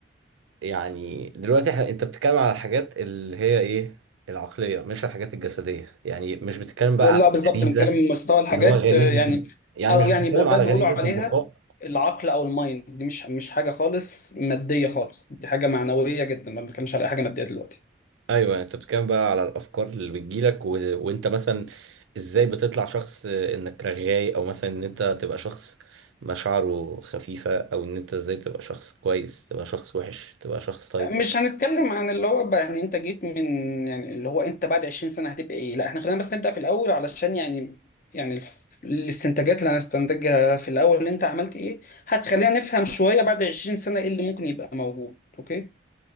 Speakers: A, on the right (about 85°); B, on the left (about 45°).
A: يعني دلوقتي احنا انت بتتكلم على الحاجات اللي هي ايه العقلية مش الحاجات الجسدية يعني مش بتتكلم بقى على
B: لا بالظبط
A: الغريزة
B: بنتكلم من مستوى الحاجات
A: اللي هو غريزة
B: آه، يعني
A: ال- يعني
B: او
A: مش بتتكلم
B: يعني بو- ده
A: على
B: بيقولوا
A: غريزة
B: عليها
A: البقاء
B: العقل او المايند دي مش مش حاجه خالص ماديه خالص دي حاجه معنويه جدا ما بنتكلمش على اي حاجه ماديه دلوقتي
A: ايوه يعني انت بتتكلم بقى على الافكار اللي بتجيلك و... وانت مثلا ازاي بتطلع شخص انك رغاي او مثلا ان انت تبقى شخص مشاعره خفيفه او ان انت ازاي تبقى شخص كويس تبقى شخص وحش تبقى شخص طيب
B: مش هنتكلم عن اللي هو بقى يعني انت جيت من يعني اللي هو انت بعد 20 سنة هتبقى ايه لا احنا خلينا بس نبدأ في الاول علشان يعني يعني الف- الاستنتاجات اللي هنستنتجها في الاول اللي انت عملت ايه هتخلينا نفهم شوية بعد 20 سنة ايه اللي ممكن يبقى موجود اوكي